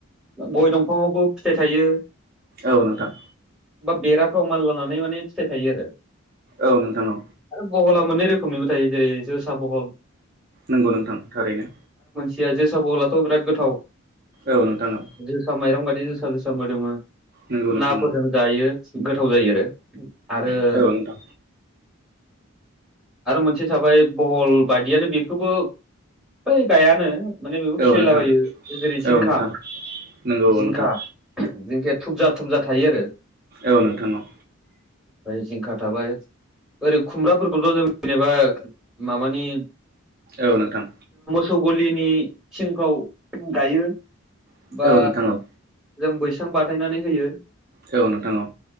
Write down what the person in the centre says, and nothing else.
गय दंफंङावबो फिथाइ थायो
बा बेराफ्राव मान लानानै माने फिथाइ थायो आरो
पहला मोननै रोखोमनिबो थायो जेरै जोसा पहल
जुथिया जोसा बलाथ' बिराद गोथाव
जोसा माइरं गायदि जोसा जोसा मोदोमो
नाफोरजों जायो गोथाव जायो आरो आरो
<inaudible> आरो मोनसे थाबाय बहल बायदियानो बेखौबो बै गायानो माने बेबो
खिललाबायो
जेरै जिंखा
जिंखा
जिंखाया थुबजा थुबजा थायो आरो
ओ जिंखा थाबाय ओरै खुमब्राफोरखौथ' जों जेनेबा माबानि
गथौ गलिनि सिंफ्राव गायो
बा
जों बैसाग बेसां बाथायनानै होयो